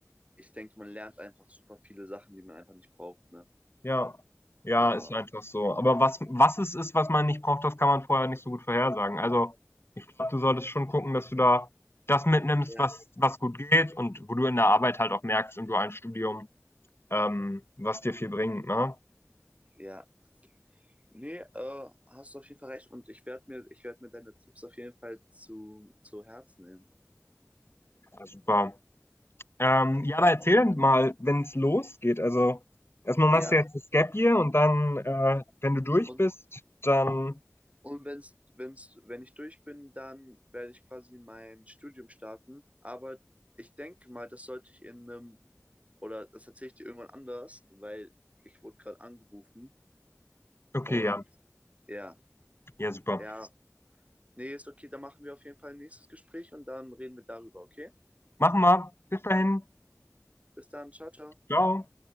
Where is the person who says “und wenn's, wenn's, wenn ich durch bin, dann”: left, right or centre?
Right